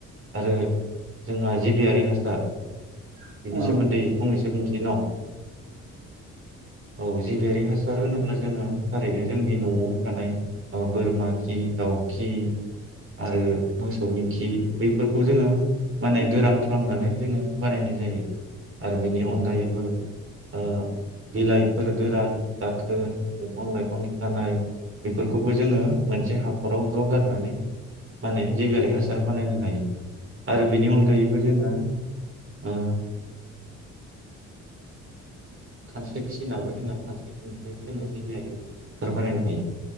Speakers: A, on the right; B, on the right.
A: आरो जोंहाआ जिबियारि हासार
B: उम
A: बिनि सोमोन्दै
B: उम औ
A: फंनैसो बुंसै न औ जिबियारि हासार होनोब्ला जोङो थारैनो जोंनि नआव थानाय बोरमा खि दाउ खि आरो मोसौनि खि बैफोरखौ जोङो माने गोरान खालामनानै जोङो बानायनाय जायो आरो बिनि अनगायैबो ओ बिलाइफोर गोरान दाखोर दंफां लाइफं खानाय बेफोरखौबो जोङो मोनसे हाथराव ज गारनानै माने जि बेेराइ हासार बानायनो हायो आरो बिनि अनगायैबो जोङो ओ खानस्रि फिसिनाबो जोङो खानस्रि खिनिफ्रायबो जोङो जिबियारि हासार बानायनो हायो